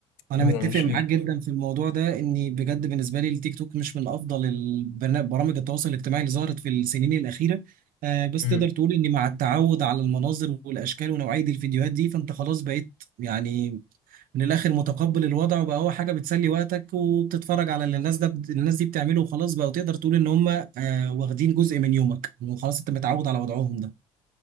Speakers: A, on the right (about 60°); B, on the left (about 75°).
A: انا
B: ابعد
A: متفق
B: عن الشر
A: معاك جدا في الموضوع ده اني بجد بالنسبه لي التيك توك مش من افضل البرنا- برامج التواصل الاجتماعي اللي ظهرت في السنين الاخيره آه بس
B: مم.
A: تقدر تقول اني مع التعود على المناظر والاشكال ونوعيه الفيديوهات دي فانت خلاص بقيت يعني من الاخر متقبل الوضع وبقى هو حاجه بتسلي وقتك وبتتفرج على اللي الناس ده الناس دي بتعمله وخلاص بقى تقدر تقول ان هم آه واخدين جزء من يومك وخلاص انت متعود على وضعهم ده